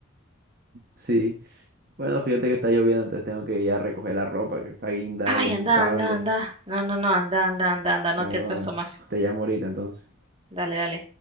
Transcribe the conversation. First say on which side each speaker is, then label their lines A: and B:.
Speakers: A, on the right (about 45°); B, on the right (about 30°).
A: Sí, bueno, fíjate que está lloviendo, entonces tengo que ir a recoger la ropa que está guindada
B: Ay,
A: ya en
B: anda,
A: un cable.
B: anda, anda. No, no, no, anda, anda, anda, anda. No
A: Bueno,
B: te atraso
A: bueno,
B: más.
A: te llamo ahorita entonces.
B: Dale, dale.